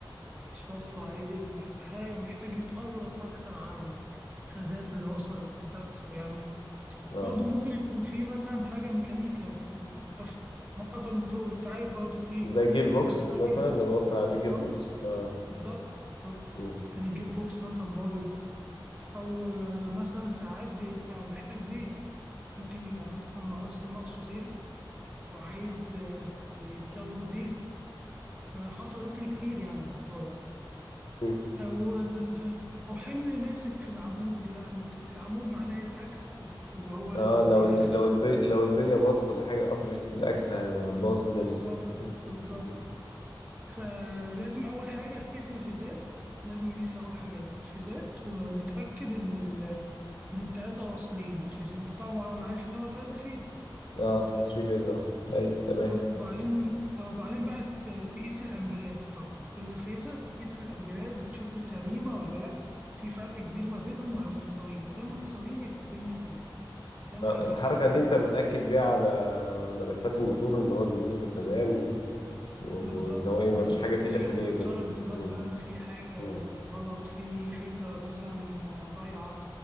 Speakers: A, on the right; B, on the left.
A: مش واصلة عادي محتاج محتاج يتقلط أكتر على الفازات اللي وصل الكونتاكتور يعني
B: اه
A: برضه ممكن يكون في مثلا حاجة ميكانيكا مثلا موقفة موقفة الموتور أنت عارف برضه في
B: زي جير بوكس
A: حاجة اسمها
B: مثلا
A: جير بوكس
B: لو وصل عليه
A: أو
B: جير بوكس
A: أو-
B: اه
A: بالظبط بالظبط
B: مم.
A: كان الجير بوكس مثلا بايظ أو آه، مثلا ساعات بيبقى محتاج زيت ممكن يبقى مثلا ناقصه ناقصه زيت وعايز آه، يتزود زيت آه، حصلت لي كتير يعني الموضوع ده
B: مم.
A: أو أو حمل ماسك في العمود يعني بت- العمود معناه الأكس اللي هو اللي
B: اه لو
A: بيلف
B: ال- لو البلي لو البليه باظت ولا حاجه قفشت في الاكس هيبقى
A: بز-
B: باظ
A: بالظبط
B: الدنيا مم.
A: بالظبط
B: مم.
A: فلازم أول حاجة تقيس الفيزات لازم نقيس أول حاجة الفيزات ونتأكد إن ال... إن التلاتة واصلين الفيز أنت طبعا عارف إن هو تلاتة فيز تمام
B: اه
A: تلات
B: 3
A: فيز
B: فيز اه ايوه تمام
A: اه وبعدين آه، وبعدين بقى ت- تقيس الامبيرات طبعا كل فيزة تقيس الامبيرات بتشوف سليمة ولا لا في فرق كبير ما بينهم ولا متساويين ما دام متساويين يبقى الدنيا تمام ما دام
B: آه
A: في فرق
B: الحركه
A: كبير
B: دي انت بتاكد
A: أو-
B: بيها على ملفات الموتور ان هو دنيته تمام و- و-
A: بالظبط
B: واللي هو ايه ما
A: بالظبط
B: فيش حاجه فيه
A: في
B: داخليه
A: اوفر
B: جوه
A: كارنت مثلا
B: مم.
A: في حاجة
B: مم.
A: غلط في فيزة مثلا آه، ضايعة